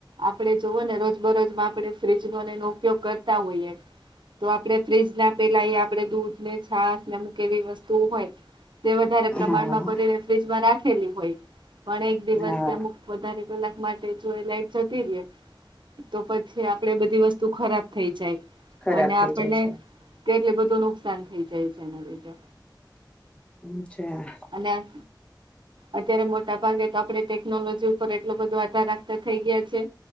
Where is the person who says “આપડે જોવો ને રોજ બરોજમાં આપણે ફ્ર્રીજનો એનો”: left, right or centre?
Right